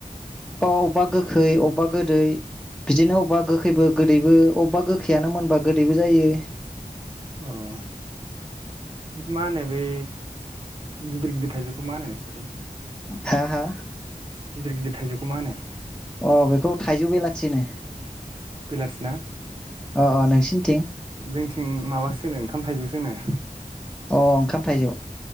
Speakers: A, in the centre; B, on the right.
A: अ अबबा गोखै अबबा गोदै बिदिनो अबबा गोखैबो गोदैबो अबबा गोखैयानो मोनबा गोद दैबो जायो
B: अ मा नो बै गिदिर गिदिद थाइजौखौ मा नो नोसिनथिं?
A: हा हा।
B: गिदिर गिदिर थाइजौखौ मा होनो?
A: अ बेखौ थाइजौ बेलाथि होनो।
B: बेलाथिना
A: अ अ नोंसिनिथिं
B: जोंथिं माबा सो नो ओंखाम थाइजौ। सो नो
A: अ ओंखाम थाइजौ।